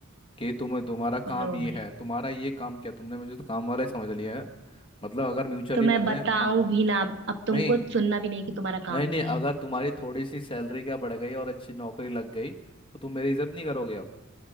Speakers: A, on the left; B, on the right.
A: कि तुम तुम्हारा काम
B: लो
A: ये
B: भाई
A: है तुम्हारा ये काम क्या तुमने मुझे तो काम वाला ही समझ लिया है मतलब अगर म्यूचुअली
B: तो मैं
A: मैंने
B: बताऊं
A: सम...
B: भी ना अब तुमको
A: नहीं
B: सुनना भी नहीं कि तुम्हारा
A: नहीं
B: काम
A: नहीं
B: क्या है
A: अगर तुम्हारी थोड़ी सी सैलरी क्या बढ़ गई और अच्छी नौकरी लग गई तो तुम मेरी इज्जत नहीं करोगे अब